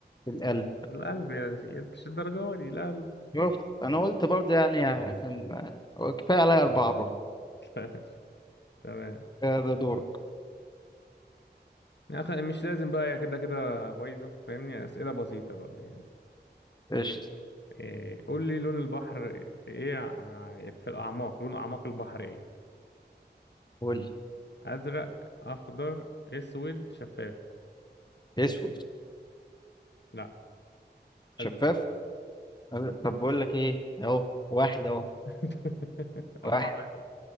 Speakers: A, on the left (about 25°); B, on the left (about 75°).
A: القلب
B: القلب يا سيدي مش الدرجة دي القلب
A: شفت أنا قلت برضه يعني عشان هو كفاية عليا أربعة برضه
B: <laughs> ماشي تمام
A: كفاية ده دورك
B: يا أخي مش لازم بقى يا كده كده بايظة فاهمني أسئلة بسيطة بقى يعني
A: قشطة
B: إيه قول لي لون البحر إيه ع- في الأعماق لون أعماق البحر إيه
A: قول
B: أزرق أخضر أسود شفاف
A: لي أسود
B: لا
A: شفاف
B: أزرق
A: أه، طب بقول لك إيه أهو واحد أهو
B: <laughs> أربعة
A: واحد
B: واحد